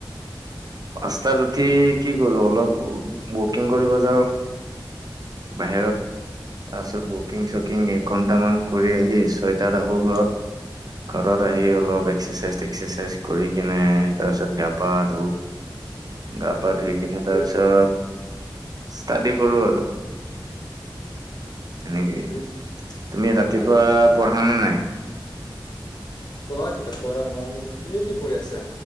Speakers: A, on the right; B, on the left.
A: পাঁচত উঠি কি কৰো অলপ ৱকিং কৰিব যাও। বাহিৰত তাৰপিছত ৱকিং চকিং এক ঘন্টামান কৰি আহি ছয়টাত আহোঁ ঘৰত। ঘৰত আহি অলপ এক্সাৰচাইজ টেক্সাৰচাইজ কৰি কিনে তাৰপিছত গা পা ধু। গা পা
B: উম,
A: ধুই কিনে
B: ভালে
A: তাৰ পিছত ষ্টাডি কৰো আৰু সেনেকে
B: এহ
A: তুমি ৰাতিপুৱা
B: ভালে,
A: পঢ়া নে নাই?
B: কোৱা তেতিয়া পঢ়া হোৱাই নাই, তুমি কি পঢ়ি আছা